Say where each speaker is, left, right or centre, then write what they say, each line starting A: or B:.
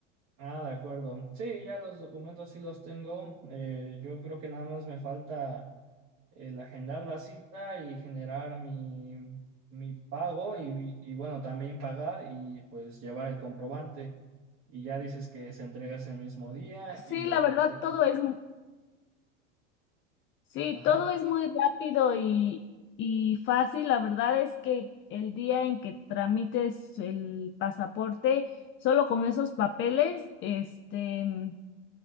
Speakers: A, on the right; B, on the left.
A: Ah, de acuerdo. Sí, ya los documentos sí los tengo. Eh, yo creo que nada más me falta... el agendar la cita y generar mi, mi pago y, y bueno, también pagar y pues llevar el comprobante. Y ya dices que se entrega ese mismo día y
B: Sí,
A: los
B: la verdad,
A: papeles.
B: todo es, mu- sí,
A: Ajá.
B: todo es muy rápido y, y fácil. La verdad es que el día en que tramites el pasaporte, solo con esos papeles, este,